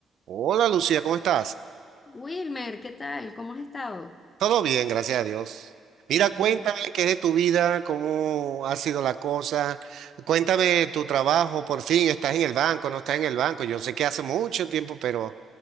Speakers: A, on the right; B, on the left.
A: Hola Lucía, ¿cómo estás?
B: Wilmer, ¿qué tal? ¿Cómo has estado?
A: Todo bien, gracias a Dios. Mira,
B: Qué
A: cuéntame
B: bueno.
A: qué es de tu vida, cómo ha sido la cosa. Cuéntame tu trabajo, por fin, ¿estás en el banco, no estás en el banco? Yo sé que hace mucho tiempo, pero...